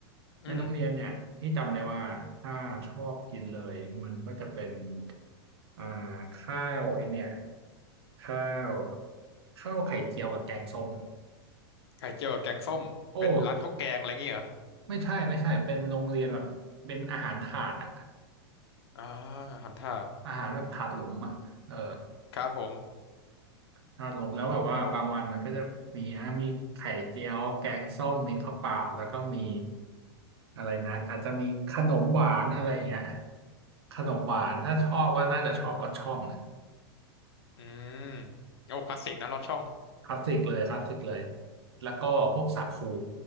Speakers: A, on the right (about 85°); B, on the left (about 80°).
A: ในโรงเรียนเนี่ยพี่จำได้ว่าถ้าชอบกินเลยมันก็จะเป็น
B: อืม
A: อ่าข้าวไอเนี่ยข้าวข้าวไข่เจียวกับแกงส้ม
B: ไข่เจียวกับแกงส้มเป็นร้านข้าวแกงอะไรอย่างเงี้ยเหรอ
A: โอ้ไม่ใช่ไม่ใช่เป็นโรงเรียนแบบเป็นอาหารถาดอะ
B: อ่าอาหารถาด
A: อาหารแบบถาดหลุมอะเออ
B: ครับผม
A: ถาดหลุมแล้วแบบว่าบางวันมันก็จะมีอ่ะมีไข่เจียวแกงส้มมีข้าวเปล่าแล้วก็มีอะไรนะอาจจะมีขนมหวานอะไรอย่างเงี้ยขนมหวานถ้าชอบก็น่าจะชอบรสช่อง
B: อืมโอ้คลาสสิกนะลอดช่อง
A: คลาสสิกเลยคลาสสิกเลยแล้วก็พวกสาคู